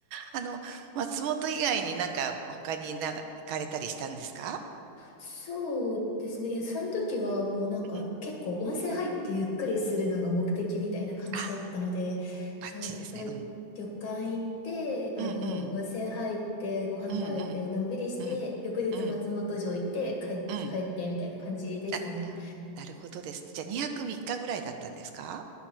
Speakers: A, on the right; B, on the left.
A: あの、松本以外になんか他になんか行かれたりしたんですか
B: そうですね。いやその時はもうなんか結構温泉入ってゆっくりするのが目的みたいな感じだったので、
A: うん。あ、バッチリですね。
B: そう、もう旅館行って、
A: うん。
B: あの、
A: うんうん。
B: 温泉入ってご飯食べてのんびりして、
A: うんうん。うんうん。
B: 翌日松本城行って帰、
A: うん。
B: 帰ってみたいな感じでしたね。
A: あなるほどですね。じゃあ2泊3日ぐらいだったんですか